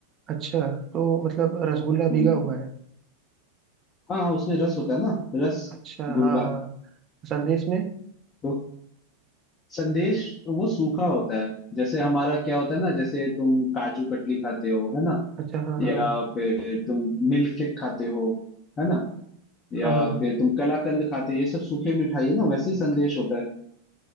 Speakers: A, on the right; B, on the left.
A: अच्छा तो मतलब रसगुल्ला
B: हम्म
A: भीगा हुआ है
B: हाँ उसमें रस होता है ना रस
A: अच्छा
B: गुल्ला
A: हाँ हाँ संदेश में
B: तो संदेश वो सूखा होता है जैसे हमारा क्या होता है ना जैसे तुम काजू कतली खाते हो है ना
A: अच्छा हाँ
B: या
A: हाँ
B: फिर तुम मिल्क केक खाते हो है ना या
A: हाँ हाँ
B: फिर तुम कलाकंद खाते हो ये सब सूखे मिठाई है ना वैसे ही संदेश होता है